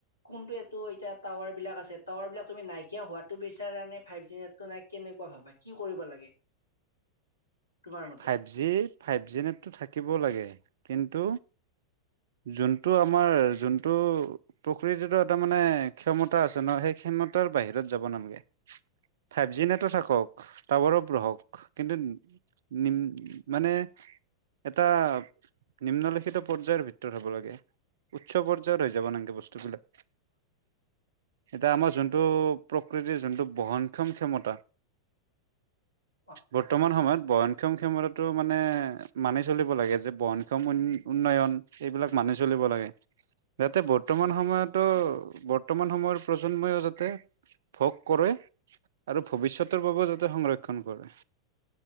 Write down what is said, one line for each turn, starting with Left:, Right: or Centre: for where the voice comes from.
Left: কোনটো এইটো এতিয়া টাৱাৰ বিলাক আছে টাৱাৰ বিলাক তুমি নাইকিয়া হোৱাতো বিচাৰা নে ফাইভ জি- নাই কেনেকুৱা হবা কি কৰিব লাগে তোমাৰ মতে-
Right: ফাইভ জি ফাইভ জি নেতো থাকিব লাগে কিন্তু। যোনটো আমাৰ যোন। টো প্ৰকৃতিতো এটা মানে ক্ষমতা আছে নহ সেই ক্ষমতাৰ বাহিৰে। নালে ফাইভ জি নে থাকক টাৱাৰক কিন্তু নিম মানে এটা নিম্নলিখিত পৰ্যায়ৰ ভিতৰত হ'ব লাগে উচ্চ পৰ্যায় জত হৈ যাব নে বস্তুবিলাক
Left: <inaudible>
Right: এতিয়া আমাৰ যোনটো প্ৰকৃতিৰ যোনটো বহনক্ষম ক্ষমতা
Left: <inaudible>
Right: বৰ্তমান সময়ত ব সক্ষম ক্ষমতাটো মানে মানি চলিব লাগে যে বনক্ষম উন্নয়ন এইবিলাক মানি চলিব লাগে যাতে বৰ্তমান সময়তো
Left: উম
Right: বৰ বৰ্তমান সময়ৰ প্ৰজন্মইও যাতে ভোগ কৰে আৰু ভৱিষ্যতৰ বাবেও যাতে সংৰক্ষণ কৰে।